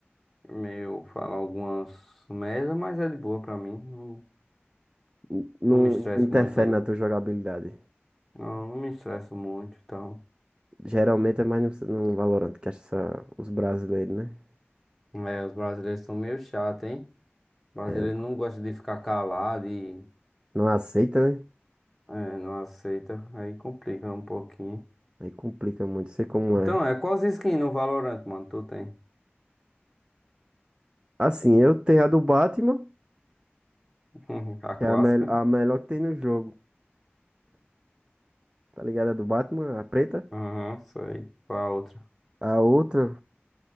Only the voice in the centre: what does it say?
meio, falam algumas merda, mas é de boa pra mim. Não,
não me estresso
muito, não.
Não, não me estresso muito e tal.
É, os brasileiros são meio chatos, hein? O brasileiro
não gosta de ficar calado e
é, não aceita. Aí complica um pouquinho.
Então,
é quais skin no Valorant, mano? Tu tem?
<laughs> A clássica?
Aham, sei. Qual a outra?